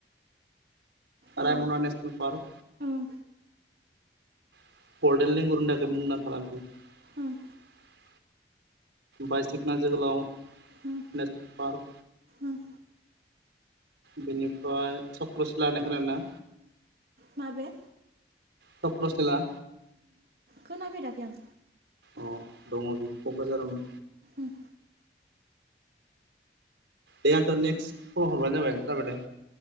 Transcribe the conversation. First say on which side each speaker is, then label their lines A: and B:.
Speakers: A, on the right; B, on the right.
A: औ
B: रायमना नेसनेल पार्क।
A: उम
B: <inaudible>
A: उम
B: बाय सिखना जोहोलाव नेसनेल
A: उम
B: पार्क।
A: उम
B: बिनिफ्राय चक्र सिला होननाय खोनादोंना।
A: माबे।
B: चक्रशला
A: खोनाफैेराखै आं
B: अ दङ बि क'क्राझारावनो
A: उम
B: दे आंथ' नेक्स्ट खल हरबानो जाबाय जाबाय दे